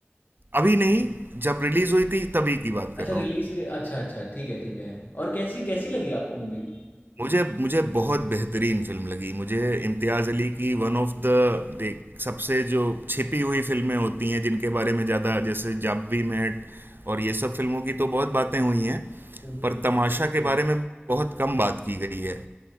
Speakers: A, on the right (about 60°); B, on the left (about 55°).
A: अभी नहीं जब रिलीज हुई थी तभी की बात
B: अच्छा
A: कर रहा
B: रिलीज
A: हूँ
B: के अच्छा अच्छा ठीक है ठीक है और कैसी कैसी लगी आपको मूवी
A: मुझे मुझे बहुत बेहतरीन फिल्म लगी मुझे इम्तियाज़ अली की वन ऑफ द देख सबसे जो छिपी हुई फिल्में होती हैं जिनके बारे में ज़्यादा जैसे जब वी मेट और ये सब फिल्मों की तो बहुत बातें हुई हैं
B: बिल्कुल
A: पर तमाशा के बारे में बहुत कम बात की गई है